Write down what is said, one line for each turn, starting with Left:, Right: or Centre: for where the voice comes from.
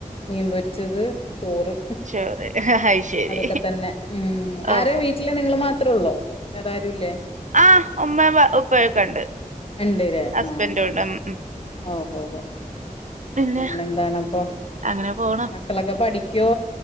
Left: മീൻ പൊരിച്ചത് ചോറ്
Right: ചോറ് അയ്ശരി
Left: അതൊക്കെ തന്നെ ഉ
Right: ഓഹ്
Left: ആരേ വീട്ടില് നിങ്ങള്മാത്രേ ഉള്ളൂ ള്ളോ വേറാരുംല്ലേ
Right: ആഹ് ഉമ്മേം ഉപ്പയൊക്കെ ഉണ്ട്
Left: ഉണ്ട് ലേ
Right: ഹസ്ബൻഡും
Left: ആഹ ആ
Right: ഉണ്ട് ഉം ഉം
Left: ഓഹോ ഹോ
Right: പിന്നെ
Left: പിന്നെന്താണപ്പൊ.
Right: അങ്ങനെ പോണു
Left: മക്കളൊക്കെ പഠിക്കോ